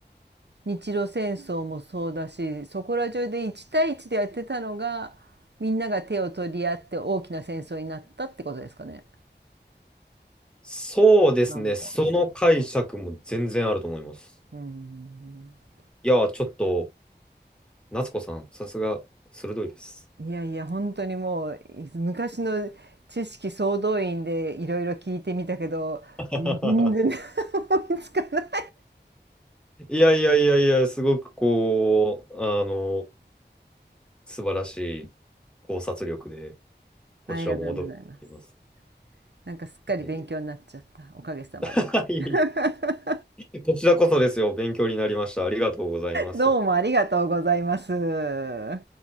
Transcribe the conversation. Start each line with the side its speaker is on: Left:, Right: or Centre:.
Right: 日露戦争もそうだしそこら中で1対1でやってたのがみんなが手を取り合って大きな戦争になったってことですかね。
Centre: そうですね。
Right: なのかな。
Centre: その解釈も全然あると思います。
Right: うん
Centre: いや、ちょっと、夏子さん、さすが鋭いです。
Right: いやいや本当にもう昔の知識総動員でいろいろ聞いてみたけど全然
Centre: <laughs>
Right: 思いつかない。
Centre: いやいやいやいや、すごくこう、あの、素晴らしい考察力で。こちらも驚いております。
Right: ありがとうございます。なんかすっかり勉強になっちゃったおかげさまで。
Centre: ありがとう
Right: <laughs>
Centre: <laughs> こちらこそですよ。勉強になりました。ありがとうございます。
Right: どうもありがとうございます。